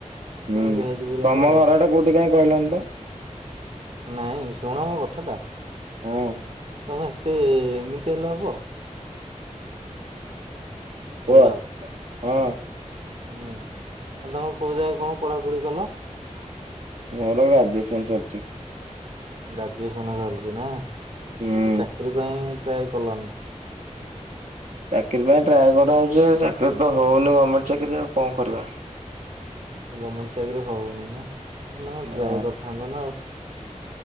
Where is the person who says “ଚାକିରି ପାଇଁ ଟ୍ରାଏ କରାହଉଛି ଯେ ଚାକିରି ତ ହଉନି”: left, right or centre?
Right